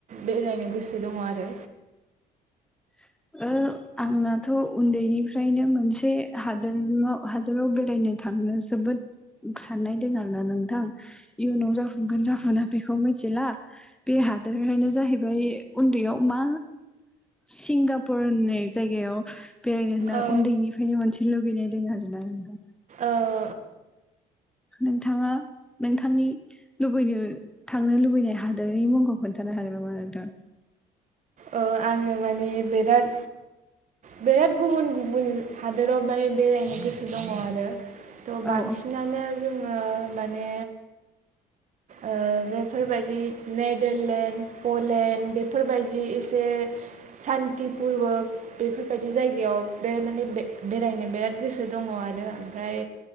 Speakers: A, on the right; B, in the centre.
A: बेरायनो गोसो दङ आरो?
B: <inaudible> ओ-आंनाथ' उन्दैनिफ्रायनो मोनसे हादोराव हादोराव बेरायनो थाङ <unintelligible> जोबोद साननाय दं आरोना नोंथां इयुनाव जाफुंगोन जाफुङा बेखौ मिथिला। हादोरनो जाहैबाय उन्दैयाव मा? सिंगापुर होननाय जायगायाव बेरायनो होनना
A: औ
B: उन्दैनिफ्रायनो मोनसेनो लुबैनाय दं आरोना आंना।
A: ओ-
B: नोंथाङा नोंथांनि। लुबैनो थांनो लुबैनाय हादोरनि मुंखौ खोन्थानो हागोन नामा नोंथां?
A: अ आङो माने बिराद। बिराद गुबुन गुबुन हादोराव माने बेरायनो गोसो दङ आरो। थ' बांसिनानो
B: औ
A: जोङो माने। ओ-बेफोरबायदि नेडारलेण्ड पलेण्ड बेफोरबायदि एसे। सान्ति पुरवक बेफोरबायदि जायगायाव बे माने बे बेरायनो बिराद गोसो दं। दङ आरो ओमफ्राय